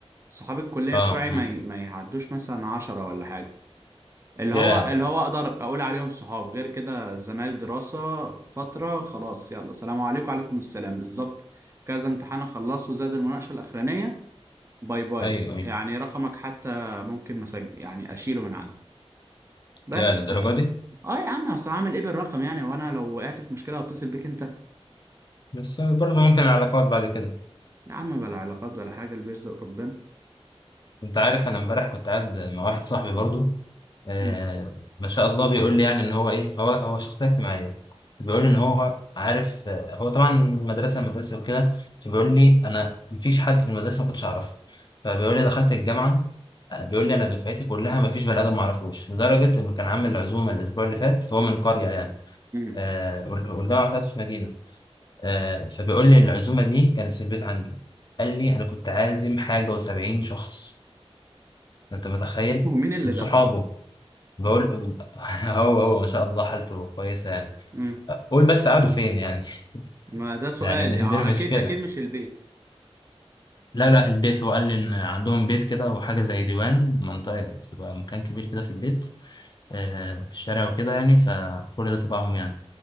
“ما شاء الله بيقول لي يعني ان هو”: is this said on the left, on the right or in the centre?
Left